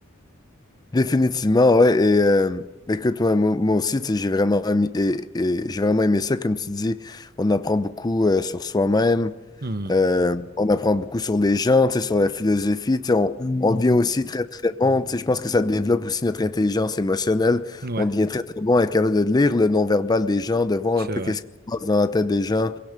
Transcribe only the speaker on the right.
Hmm.
Mhm. Ouais,
c'est
vrai.